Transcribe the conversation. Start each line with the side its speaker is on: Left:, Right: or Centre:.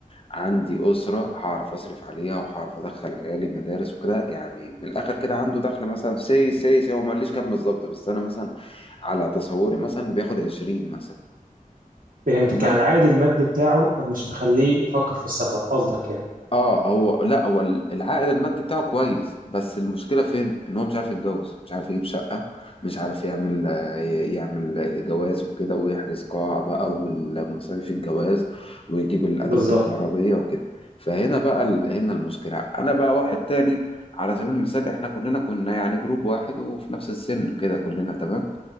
Left: عندي أسرة هعرف أصرف عليها وهعرف أدخل عيالي مدارس وكده يعني من الآخر كده عنده دخل مثلا سي سي سي هو ما قاليش كام بالظبط بس أنا مثلا على تصوري مثلا بياخد عشرين مثلا
Right: فهمتك
Left: تمام
Right: يعني العائد المادي بتاعه مش مخليه يفكر في السفر قصدك يعني
Left: اه هو لا هو العائد المادي بتاعه كويس بس المشكله فين ان هو مش عارف يتجوز مش عارف يجيب شقه مش عارف يعمل آه، يعمل جواز وكده ويحجز قاعه بقى والمصاريف الجواز ويجيب الادوات
Right: بالظبط
Left: الكهربائيه وكده فهنا بقى ال... هنا المشكله انا بقى واحد تاني على سبيل المثال احنا كلنا كنا يعني جروب واحد وفي نفس السن كده كلنا تمام